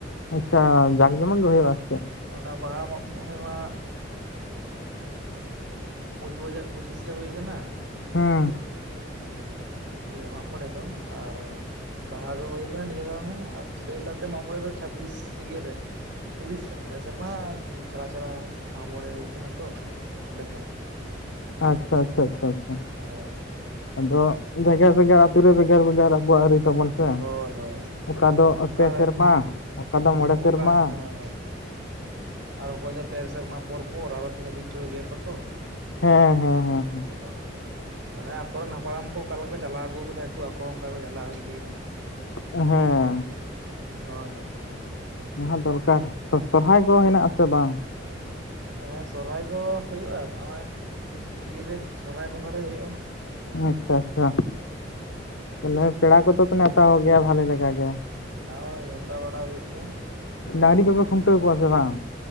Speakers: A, on the left; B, on the right.
A: ᱟᱪᱪᱷᱟ ᱡᱟᱸᱠᱡᱚᱢᱚᱠ ᱜᱮ ᱦᱩᱭᱩᱜ ᱟ ᱥᱮ?
B: ᱚᱱᱟ ᱵᱟᱦᱟ ᱢᱟᱜ ᱢᱚᱬᱮ ᱢᱟ ᱫᱩᱦᱟᱡᱟᱨ ᱯᱚᱸᱪᱤᱥ ᱨᱮ ᱦᱳ ᱟᱠᱟᱱᱟ᱾
A: ᱦᱩᱸ
B: ᱤᱭᱟᱹ ᱢᱟᱜ ᱢᱚᱲᱮ ᱫᱚ ᱟᱨ ᱵᱟᱦᱟ ᱫᱚ ᱦᱩᱭ ᱟᱠᱟᱱᱟ ᱱᱤᱭᱟᱹ ᱫᱷᱟᱣ ᱦᱚᱸ ᱟᱨ ᱥᱮᱭ ᱠᱟᱞᱛᱮ ᱢᱟᱢᱚᱬᱮ ᱫᱚ ᱪᱷᱟᱵᱤᱥ ᱤᱭ ᱨᱮ ᱛᱤᱨᱤᱥ ᱨᱮ ᱢᱚᱬᱮ ᱥᱮᱨᱢᱟ ᱪᱷᱟᱲᱟ ᱪᱷᱟᱲᱟ ᱢᱟᱜ ᱢᱚᱬᱮ ᱦᱩᱭᱩᱜ ᱠᱟᱱᱟ ᱛᱚ ᱟᱞᱮ ᱫᱚ
A: ᱟᱪᱪᱷᱟ ᱟᱪᱪᱷᱟ ᱟᱪᱪᱷᱟ ᱟᱪᱪᱷᱟ
B: ᱚ <unintelligible>
A: ᱟᱫᱚ ᱵᱷᱮᱜᱟᱨ ᱵᱷᱮᱜᱟᱨ ᱟᱛᱩ ᱨᱮ ᱵᱷᱮᱜᱟᱨ ᱵᱷᱮᱜᱟᱨ ᱟᱵᱚᱣᱟᱜ ᱟᱹᱨᱤ ᱛᱟᱵᱚᱱ ᱥᱮ
B: ᱦᱳᱭ ᱦᱳᱭ
A: ᱚᱠᱟ ᱫᱚ
B: ᱚᱠᱟ
A: ᱯᱮ ᱥᱮᱨᱢᱟ ᱚᱠᱟ ᱫᱚ ᱢᱚᱬᱮ
B: ᱚᱠᱟ
A: ᱥᱮᱨᱢᱟ
B: ᱦᱮᱸ ᱦᱮᱸ ᱟᱨ ᱚᱠᱚᱭ ᱫᱚ ᱯᱮ ᱥᱮᱨᱢᱟ ᱯᱚᱨ ᱯᱚᱨ ᱟᱨᱚ ᱛᱤᱱᱟᱹᱜ ᱫᱤᱱ ᱪᱚ ᱜᱮᱯ ᱟᱠᱚ
A: ᱦᱮᱸ ᱦᱮᱸ ᱦᱮᱸ
B: ᱱᱚᱠᱟ ᱦᱚᱲ ᱢᱟᱱᱮ ᱟᱠᱚᱨᱮᱱ ᱦᱟᱯᱲᱟᱢ ᱠᱚ ᱚᱠᱟ ᱞᱮᱠᱟ ᱠᱚ ᱪᱟᱞᱟᱣ ᱟᱹᱜᱩ ᱟᱠᱟᱫᱟᱛᱩ ᱟᱠᱚ ᱚᱱᱠᱟ ᱠᱚ ᱪᱟᱞᱟᱣ ᱤᱫᱤᱭᱮᱫᱟ
A: ᱦᱮᱸ
B: ᱦᱳᱭ ᱦᱳᱭ
A: ᱚᱱᱟ ᱫᱚᱨᱠᱟᱨ ᱥᱚᱨᱦᱟᱭ ᱠᱚ ᱦᱮᱱᱟᱜ ᱟᱥᱮ ᱵᱟᱝ?
B: ᱦᱮᱸ ᱥᱚᱨᱦᱟᱭ ᱠᱚ ᱦᱩᱭᱩᱜᱼᱟ᱾ ᱱᱚᱜᱚᱭ ᱤᱭᱮ ᱥᱚᱨᱦᱟᱭ ᱵᱚᱸᱜᱟ ᱨᱮ ᱦᱩᱭᱩᱜᱼᱟ᱾
A: ᱟᱪᱪᱷᱟ ᱟᱪᱪᱷᱟ ᱛᱟᱦᱚᱞᱮ ᱯᱮᱲᱟ ᱠᱚᱫᱚ ᱯᱮ ᱱᱮᱶᱛᱟ ᱜᱮᱭᱟ ᱵᱷᱟᱞᱤ ᱞᱮᱠᱟ ᱜᱮ?
B: ᱦᱳᱭ ᱱᱮᱶᱛᱟ ᱵᱟᱲᱟ ᱦᱩᱭᱩᱜ ᱜᱮᱭᱟ᱾
A: ᱰᱟᱝᱨᱤ ᱠᱚᱯᱮ ᱠᱷᱩᱱᱴᱟᱹᱣ ᱠᱚᱣᱟ ᱥᱮ ᱵᱟᱝ?